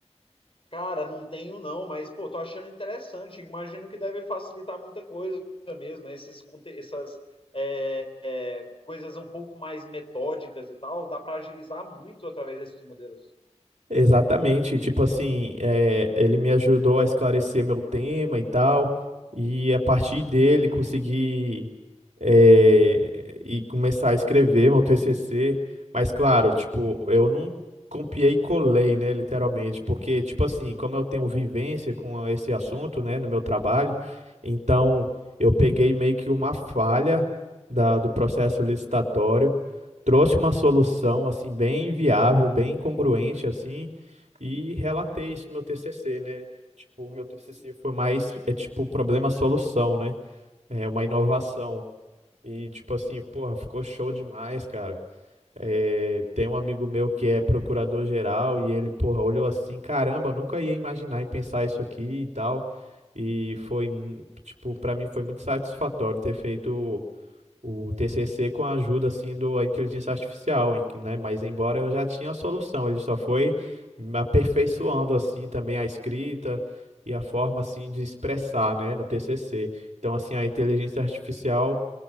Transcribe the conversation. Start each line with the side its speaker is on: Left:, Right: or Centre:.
Left: Cara, não tenho não, mas pô, tô achando interessante. Imagino que deve facilitar muita coisa mesmo, né? Esses, conte- essas é, é, coisas um pouco mais metódicas e tal, dá para agilizar muito através desses modelos.
Right: Exatamente, tipo assim, é, ele me ajudou a esclarecer meu tema e tal, e a partir dele consegui eh, e começar a escrever meu TCC. Mas, claro, tipo, eu não copiei e colei, né, literalmente, porque, tipo assim, como eu tenho vivência com esse assunto, né, no meu trabalho, então eu peguei meio que uma falha da, do processo licitatório, trouxe uma solução, assim, bem viável, bem congruente, assim, e relatei isso no meu TCC, né? Tipo, o meu TCC foi mais, é tipo, problema-solução, né? É uma inovação. E tipo assim, porra, ficou show demais, cara. É, tem um amigo meu que é procurador-geral e ele, porra, olhou assim, caramba, nunca ia imaginar em pensar isso aqui e tal. E foi, mu- tipo, pra mim foi muito satisfatório ter feito o, o TCC com a ajuda, assim, do, a inteligência artificial, em que, né? Mas embora eu já tinha a solução, ele só foi me aperfeiçoando, assim, também a escrita e a forma, assim, de expressar,
Left: Legal.
Right: né, no TCC. Então, assim, a inteligência artificial